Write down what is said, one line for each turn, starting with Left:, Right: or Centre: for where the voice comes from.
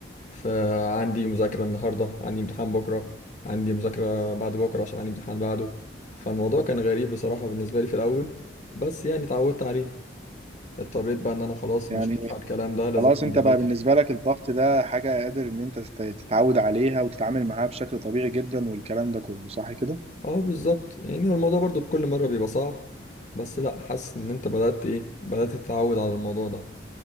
Left: فعندي مذاكرة النهاردة عندي امتحان بكرة عندي مذاكرة بعد بكرة عشان عندي امتحان بعده فالموضوع كان غريب بصراحة بالنسبة لي في الأول بس يعني اتعودت عليه اضطريت بقى ان انا خلاص
Right: يعني
Left: مش هينفع الكلام ده لازم
Right: خلاص
Left: اقعد
Right: انت
Left: اذاكر
Right: بقى بالنسبة لك الضغط ده حاجة قادر ان انت تت- تتعود عليها وتتعامل معاها بشكل طبيعي جدا والكلام ده كله صح كده
Left: اه بالظبط يعني هو الموضوع برضو بكل مرة بيبقى صعب بس لا حاسس ان انت بدأت ايه بدأت تتعود على الموضوع ده